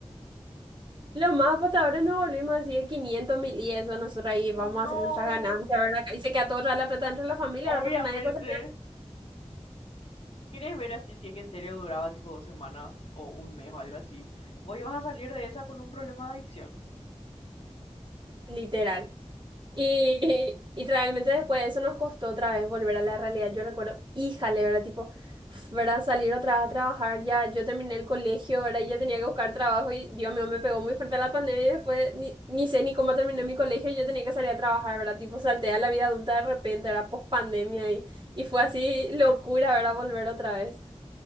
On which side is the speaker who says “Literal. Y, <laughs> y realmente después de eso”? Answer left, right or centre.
Right